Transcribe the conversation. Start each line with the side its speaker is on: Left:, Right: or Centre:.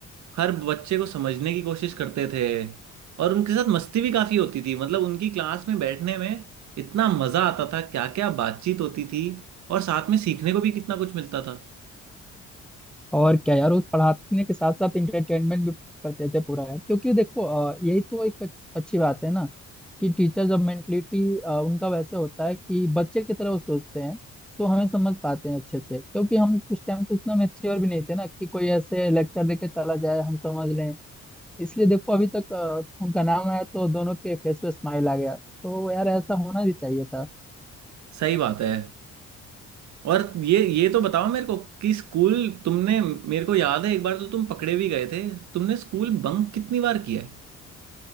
Right: हर बच्चे को समझने की कोशिश करते थे और उनके साथ मस्ती भी काफी होती थी मतलब उनकी क्लास में बैठने में इतना मजा आता था क्या क्या बातचीत होती थी और साथ में सीखने को भी कितना कुछ मिलता था
Centre: और क्या यार वो पढ़ाने के साथ साथ इंटरटेनमेंट भी करते थे पूरा यार क्योंकि देखो अ, यही तो एक अच्छ- अच्छी बात है ना कि टीचर जब मेंटलिटी उनका वैसे होता है कि बच्चे की तरह वो सोचते हैं तो हमें समझ पाते हैं अच्छे से क्योंकि हम उस टाइम तो उतना मेच्योर भी नहीं थे ना कि कोई ऐसे लेक्चर देके चला जाए हम समझ लें इसलिए देखो अभी तक अ, उनका नाम आया तो दोनों के फेस पे स्माइल आ गया तो यार ऐसा होना भी चाहिए था
Right: सही बात है और ये ये तो बताओ मेरे को कि स्कूल तुमने मेरे को याद है एक बार तो तुम पकड़े भी गए थे तुमने स्कूल बंक कितनी बार किया है